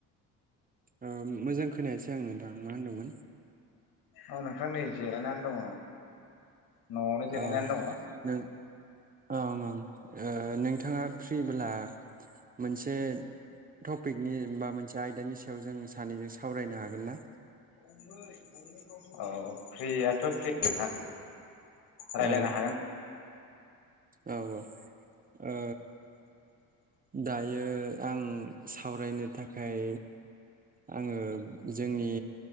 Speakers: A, on the right; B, on the left.
A: ओ मोजां खो खोनायासै आं नोंथां मा होनदोंमोन।
B: औ नोंथां नै जिरायनानै दङ। न'आवनो जिरायनानै
A: औ
B: दङ
A: नों ओं ओं। ओ नोंथाङा फ्रिब्ला मोनसे टपिकनि बा मोनसे आयदानि सायाव जों सानैजों सावरायनो हागोन ना?
B: औ फ्रि। थ फ्रि नोंथा। रायलायनो
A: औ
B: हागोन।
A: औ औ ओ दायो आं सावरायनो थाखाय आङो जोंनि